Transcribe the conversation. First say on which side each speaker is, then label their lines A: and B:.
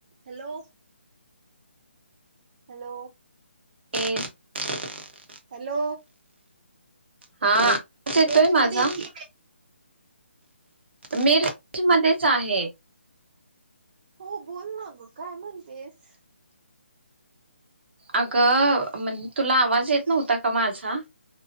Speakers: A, on the right (about 35°); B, on the right (about 55°).
A: Hello hello
B: <inaudible>
A: hello
B: हां आवाज येतोय
A: रेंज
B: माझा
A: मध्ये ये की
B: मीरज मध्येच आहे.
A: हो. बोल ना गं काय म्हणतेस?
B: अगं म्हण तुला आवाज येत नव्हता का माझा?